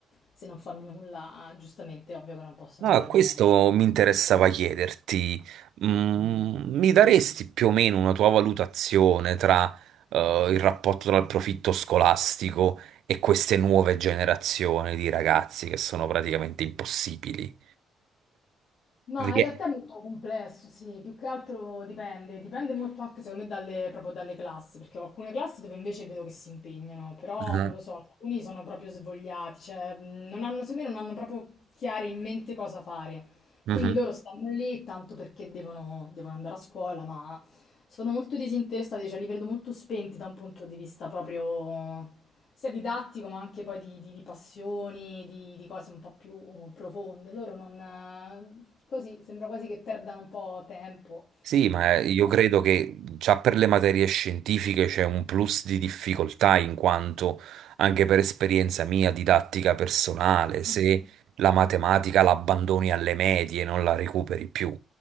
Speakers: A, on the left; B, on the right.
A: se non fanno nulla, giustamente è ovvio che non possono
B: No,
A: andare
B: questo
A: bene.
B: mi interessava chiederti, mm, mi daresti più o meno una tua valutazione tra, eh, il rapporto tra il profitto scolastico e queste nuove generazioni di ragazzi che sono praticamente impossibili?
A: Ma
B: Perché...
A: in realtà è molto complesso, sì, più che altro dipende, dipende molto anche secondo me dalle, proprio dalle classi, perché ho alcune classi dove invece vedo che si impegnano, però
B: Ah,
A: non lo so, alcuni sono proprio svogliati, cioè mh, non hanno, secondo me non hanno proprio chiari in mente cosa fare,
B: mhm.
A: quindi loro stanno lì tanto perché devono, devono andare a scuola, ma sono molto disinteressati, cioè li vedo molto spenti da un punto di vista proprio sia didattico ma anche poi di, di- di passioni, di, di cose un po' più profonde. Loro non... eh, così sembra quasi che perdano un po' tempo,
B: Sì, ma
A: non
B: eh,
A: lo
B: io
A: so.
B: credo che già per le materie scientifiche c'è un plus di difficoltà in quanto anche per esperienza mia didattica personale, se
A: Mhm.
B: la matematica la abbandoni alle medie non la recuperi più